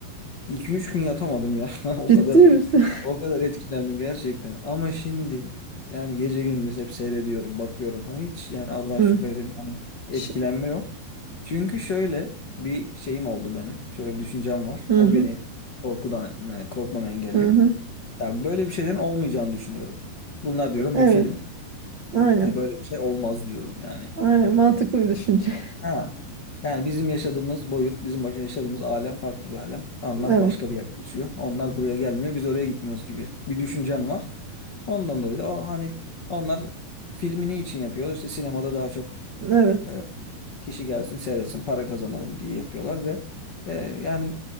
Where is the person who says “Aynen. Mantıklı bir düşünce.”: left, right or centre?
Right